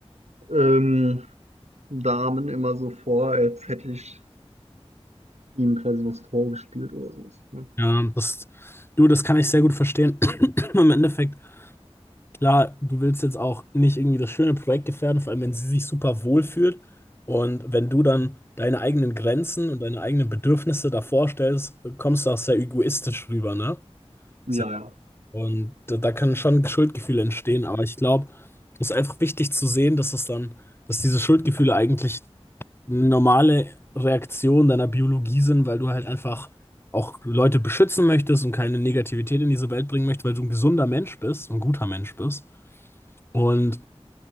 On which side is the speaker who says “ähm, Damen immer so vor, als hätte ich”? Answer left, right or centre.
Right